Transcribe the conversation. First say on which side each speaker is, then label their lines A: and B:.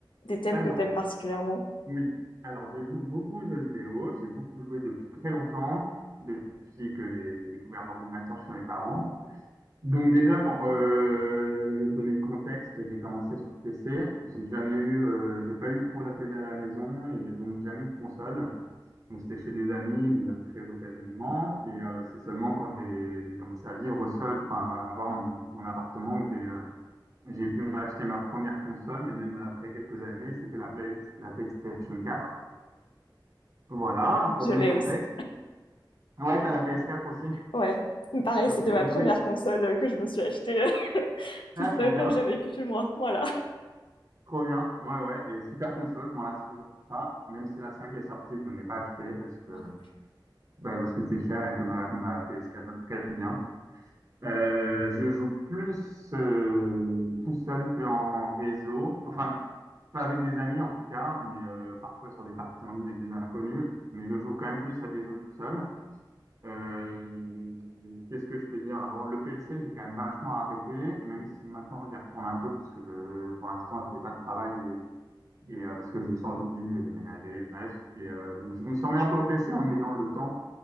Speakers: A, on the left; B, on the right.
A: des thèmes
B: Alors,
A: que t'aimes particulièrement?
B: oui. Alors, je joue beaucoup aux jeux vidéo. J'ai beaucoup joué depuis très longtemps, depuis que j'ai découvert l'ordinateur chez mes parents. Donc déjà, pour euh, donner le contexte, j'ai commencé sur PC. J'ai jamais eu, euh, j'ai pas eu trop la télé à la maison et donc jamais eu de console. On c'était chez des amis, mais euh, très occasionnellement. Et euh, c'est seulement quand j'ai j'ai commencé à vivre seul, enfin, à avoir mon, mon appartement, que j'ai euh, j'ai pu m'acheter ma première console, mais même après quelques années, c'était la Play, la PlayStation 4. Voilà, pour
A: Je
B: donner
A: l'ai
B: le contexte.
A: aussi.
B: Ouais, t'as la PS4 aussi.
A: Ouais, pareil,
B: Ok,
A: c'était ma
B: donc
A: première
B: c'est-
A: console euh, que je me suis achetée euh, <laughs> toute
B: ah,
A: seule
B: trop bien,
A: quand j'ai vécu chez moi. Voilà.
B: trop bien. Ouais, ouais, et super console, je m'en lasse toujours pas. Même si la 5 est sortie, je ne l'ai pas achetée parce que,
A: Moi non plus.
B: bah, parce que c'est cher et que ma, ma PS4 va très bien. Euh, je joue plus euh, tout seul qu'en réseau. Enfin, pas avec des amis en tout cas, mais euh, parfois sur des parties en ligne avec des inconnus. Mais je joue quand même plus à des jeux tout seul. Euh, qu'est-ce que je peux dire? Alors, le PC, j'ai quand même vachement arrêté, même si maintenant j'y retourne un peu, parce que euh, pour l'instant, j'ai pas de travail et, et, euh, parce que j'ai changé de ville, j'ai déménagé, bref. Et euh, donc, je me suis remis un peu au PC en ayant le temps